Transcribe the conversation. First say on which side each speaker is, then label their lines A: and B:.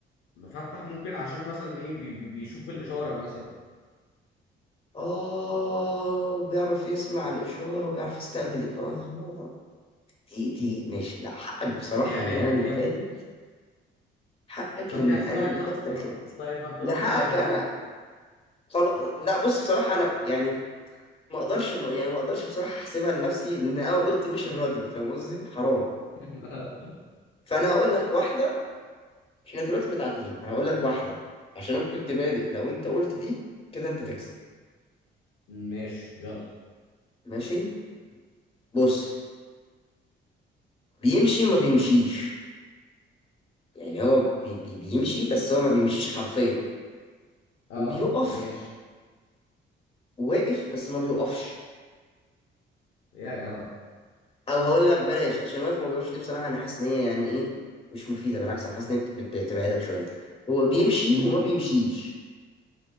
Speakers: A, on the left (about 85°); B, on the left (about 30°).
A: مفتح ممكن عشان مثلا ايه بي بي بيشوف الاشاره مثلا
B: اه وبيعرف يسمع الاشاره وبيعرف يستقبل الإش- اه دي دي ماشي لا حقك بصراحه
A: هي
B: ان
A: هي
B: انا اللي
A: هي
B: فاتت حقك
A: طب
B: ان
A: دي احسبها
B: انا اللي
A: لك صح
B: فاتت رخمت
A: والله طيب ما انت
B: لحقك
A: قلت مش الراديو
B: انا خلاص لا بص بصراحه انا يعني ما اقدرش يعني ما اقدرش بصراحه احسبها لنفسي لان انا قلت مش الراديو فاهم قصدي حرام
A: <laughs>
B: فانا هقول لك واحده احنا دلوقتي متعادلين انا هقول لك واحده عشان انا كنت بادئ لو انت قلت دي كده انت تكسب
A: ماشي يلا
B: ماشي بص بيمشي وما بيمشيش يعني هو بي بي بيمشي بس هو ما بيمشيش حرفيا
A: اه
B: وبيقف
A: ماشي
B: واقف بس ما بيقفش
A: يا جدع
B: او هقول لك بلاش عشان واقف ما بيقفش دي بصراحه انا حاسس ان هي يعني ايه مش مفيده بالعكس انا حاسس ان هي بت- بتبعدك شويه هو بيمشي
A: امم
B: وما بيمشيش